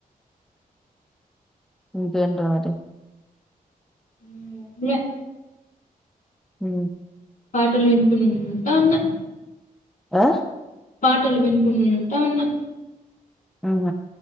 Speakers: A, in the centre; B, on the left (about 60°).
A: ఇంకేంట్రా మరి
B: ఎం లే
A: హ
B: పాటలు వినుకుంటా ఉన్న
A: ఆ
B: పాటలు వినుకుంటాఉన్నా
A: ఆహ